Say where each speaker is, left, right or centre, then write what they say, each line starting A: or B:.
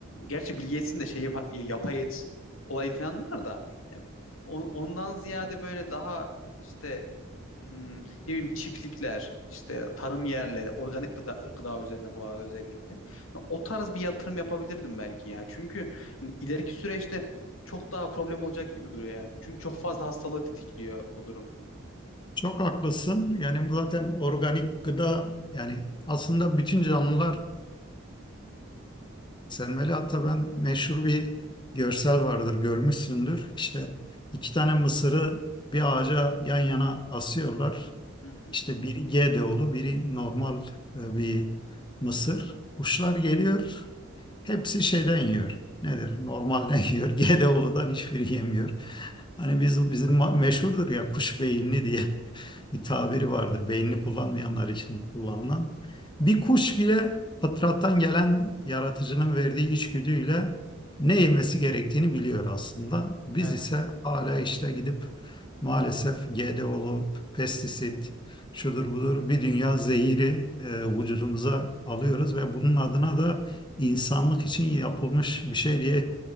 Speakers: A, on the left; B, on the left.
A: gerçi Bill Gates'in de şeyi var- yapay et olayı falan var da yani on- ondan ziyade böyle daha işte Hmm, ne bileyim çiftlikler, işte tarım yerleri, organik gıda, gıda üzerine bu arada özellikle. Ha, O tarz bir yatırım yapabilirdim belki ya. Çünkü hani ileriki süreçte çok daha problem olacak gibi duruyor yani. Çünkü çok fazla hastalığı tetikliyor bu durum.
B: Çok haklısın. Yani bu zaten organik gıda yani aslında bütün canlılar Selmeli. Hatta ben meşhur bir görsel vardır görmüşsündür. İşte iki tane mısırı bir ağaca yan yana asıyorlar.
A: Hı hı.
B: İşte biri G D olu biri normal e, bir mısır. Kuşlar geliyor hepsi şeyden yiyor. Nedir? Normalden <laughs> yiyor. G GDO'ludan hiçbiri yemiyor. Hani biz, bizim ma- meşhurdur ya kuş beyinli diye bir tabiri vardır. Beynini kullanmayanlar için kullanılan. Bir kuş bile fıtrattan gelen yaratıcının verdiği içgüdüyle ne yemesi gerektiğini biliyor aslında. Biz
A: Evet.
B: ise hala işte gidip maalesef GDO'lu pestisit, şudur budur bir dünya zehiri e, vücudumuza alıyoruz ve bunun adına da insanlık için yapılmış bir şey diye